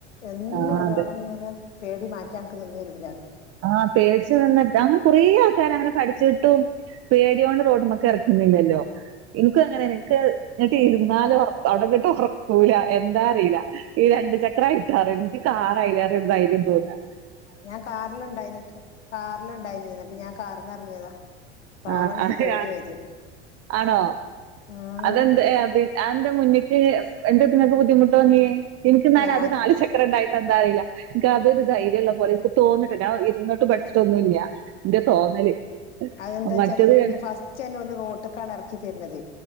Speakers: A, on the left; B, on the right.
A: എന്നും
B: ആഹ്
A: ഒരാളും
B: അതെ
A: ഇങ്ങനെ പേടി മാറ്റാൻ അൻക്ക് നിന്നെരൂല റിയും പേ
B: ആ പേടിച് നിന്നിട്ട് അങ്ങനെ കൊറെ ആൾക്കാര് അങ്ങനെ പഠിച്ചിട്ടും പേടിയോണ്ട് റോട്ട്മക് എറക്കുന്നില്ലല്ലോ ഇൻക്കും അങ്ങനെനെ ഇൻക്ക് ന്നിട്ട് ഇരുന്നാലോ അവിടെ ങ്ങട്ട് ഒറക്കൂല എന്താ അറീല ഈ രണ്ട് ചക്രായി കാർ ൻകി കാറ് ഡ്രൈവിംഗ് തോന്ന
A: ഞാൻ കാറില്ണ്ടായിനി ൻകി കാറിലുണ്ടായിനീ ന്നിട്ട് ഞാൻ കാർ ന്ന് എറങ്ങിയതാ കാറാ
B: ആഹ്
A: ഇൻക്ക്
B: അഹ്
A: പേടിയായത്
B: ആ ആണോ
A: ഉം
B: അതെന്തേ അത് ആ എന്താ മുന്ന്ക്ക് എന്തത് ങ്ങക്ക് ബുദ്ധിമുട്ട് തോന്യേ എനിക് ന്നാല്
A: ഞാൻ
B: അത് നാല് ചക് ക്ര ണ്ടായിട്ട എന്താറില്ല ൻക്ക് അതൊരു ധൈര്യള്ള പോലെനിക്ക് തോന്നട്ടൊ ഞാൻ ഇരുന്ട്ട് പട് ഇഷ്ടൊന്നുല്ല ഇന്റെ തോന്നല്
A: അതെന്താച്ചാല്
B: മറ്റത്
A: ൻക്ക് ഫസ്റ്റ് ന്നെ ഓ ല് റോട്ട്ക്കാണ് എറക്കി തര്ണത്